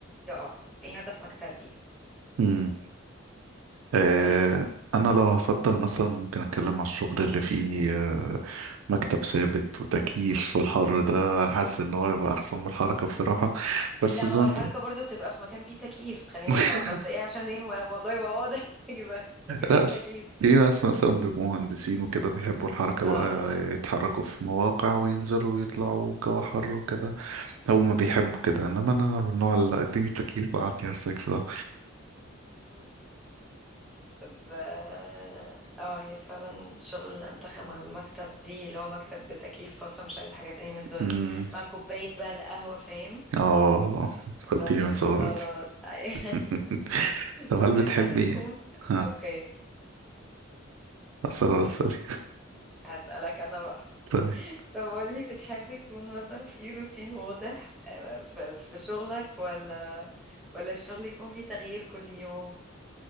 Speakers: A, in the centre; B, on the right (about 90°).
A: يقع يعني قاعدة في مكتبي
B: مم. آه،
A: بس
B: أنا لو هفضل مثلا ممكن أتكلم على الشغل اللي فيه آه، مكتب ثابت وتكييف والحر ده حاسس إن هو يبقى أحسن من الحركة بصراحة بس
A: لا
B: زونت
A: ما هو الحركة برضو تبقى في مكان فيه تكييف خلينا
B: <laughs>
A: بس ايه عشان ايه الموضوع يبقى واضح <laughs> يبقى مكان
B: لا
A: فيه تكييف
B: في ناس مثلا بيبقوا مهندسين وكده بيحبوا الحركة
A: اه
B: بقى يتحركوا في مواقع وينزلوا ويطلعوا والجو حر وكده هما بيحبوا كده انما انا من النوع اللي اديني تكييف وقعدني على السكس ده
A: لا ب... اه آه، هي فعلا شغل الأنتخة مع المكتب دي اللي هو مكتب بتكييف خاصة مش عايز حاجة تاني من الدنيا
B: أمم،
A: مع كوباية بقى القهوة فاهم
B: اه
A: بس
B: قلت لي من صغراتي
A: خلاص <laughs> أي-
B: <laughs> طب
A: طب
B: هل بتحبي
A: بتحبي يكون
B: إيه؟ ها
A: اوكي
B: أسرار السري
A: هسألك انا بقى
B: طيب
A: طب قولي بتحبي يكون مثلا في روتين واضح آه، في في شغلك ولا ولا الشغل يكون فيه تغيير كل يوم